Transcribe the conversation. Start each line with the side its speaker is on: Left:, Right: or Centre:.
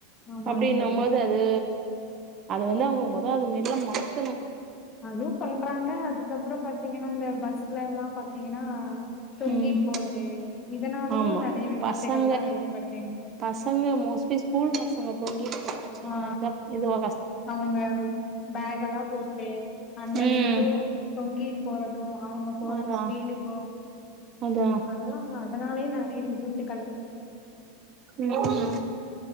Left: ஆமாங்க
Right: அப்படின்
Left: தோழி
Right: நம்மது அது அதை வந்து அவங்க மொத அது மதிரிலாம் மாத்தணும்
Left: அதுவும் பண்றாங்க அதுக்கப்புறம் பாத்தீங்கன்னா இந்த பஸ்ல எல்லாம் பாத்தீங்கன்னா தொங்கிட்டு
Right: ம்
Left: போறது இதனாலயும்
Right: ஆமா
Left: நிறைய விபத்துகள்
Right: பசங்க
Left: தான் ஏற்படுது
Right: பசங்க மோஸ்ட்லி ஸ்கூல் பசங்க தொங்கிட்டு போறதுல
Left: ஆ
Right: இதுவ
Left: அவங்க பேக் எல்லாம் போட்டு அந்த
Right: ம்
Left: வெயிட்டும் தொங்கிட்டு போறதும் அவங்க போற
Right: அதா
Left: ஸ்பீடுக்கும்
Right: அதா
Left: அதெல்லாம் அதனாலயே நெறைய விபத்து
Right: ம்